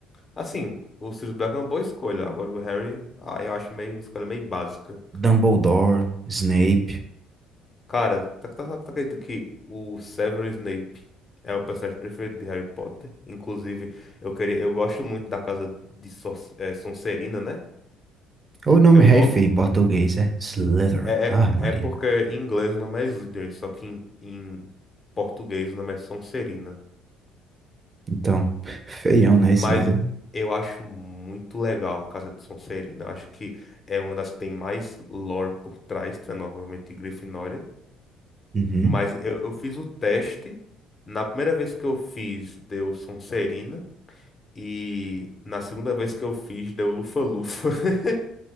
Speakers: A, on the left (about 35°); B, on the right (about 30°).
A: Assim, o Sirius Black é uma boa escolha. Agora o Harry, ah, eu acho meio escolha meio básica.
B: Dumbledore, Snape.
A: Cara, tá, tá, tá, tá acredita que o Severus Snape é o personagem preferido de Harry Potter? Inclusive, eu queria, eu gosto muito da casa de Sor, é, Sonserina, né?
B: Ou o nome
A: É o nome.
B: é feio em português, é Slytherin.
A: É, é,
B: Ah, Maria.
A: é porque em inglês o nome é Slytherin, só que em, em português o nome é Sonserina.
B: Então, <laughs> feião, né,
A: Mas
B: esse nome?
A: eu acho muito legal a casa de Sonserina. Acho que é uma das que tem mais lore por trás, tá? Novamente Grifinória.
B: Uhum.
A: Mas eu, eu fiz o teste. Na primeira vez que eu fiz, deu Sonserina. E na segunda vez que eu fiz, deu Lufa-Lufa. <laughs>